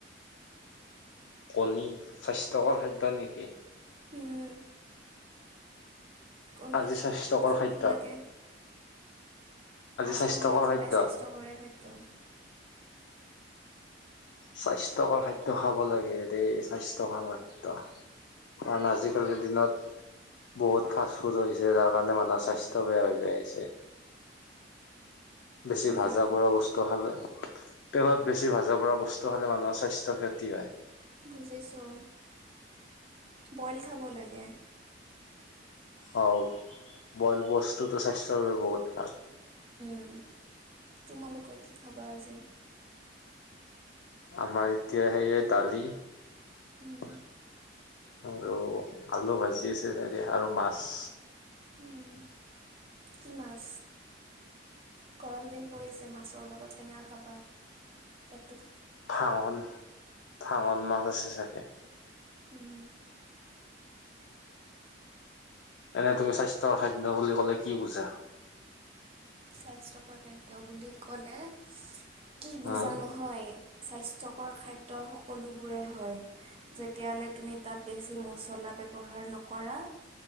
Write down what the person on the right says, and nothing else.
উম। কণী
খাব
লাগে আজি
নহয় সদায়
স্বাস্থ্যকৰে খাদ্য।
উম,
বুজিছোঁ।
বইল খাব লাগে
উম, তোমালোকে কি খাবা আজি?
উম,
উম, কি মাছ? গৰম দিন পৰিছে, মাছৰ লগত টেঙা খাবা। পেট
উম,
স্বাস্থ্যকৰ খাদ্য বুলি ক'লে কি বুজা
নহয়, স্বাস্থ্যকৰ খাদ্ দ সকলোবোৰে হয়। যেতিয়ালৈ তুমি তাত বেছি মচলা ব্যৱহাৰ নকৰা,